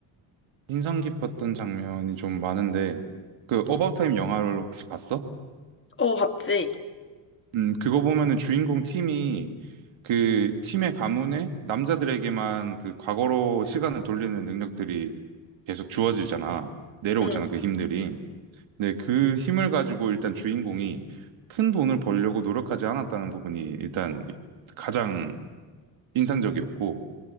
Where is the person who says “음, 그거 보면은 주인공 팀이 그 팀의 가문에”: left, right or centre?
Right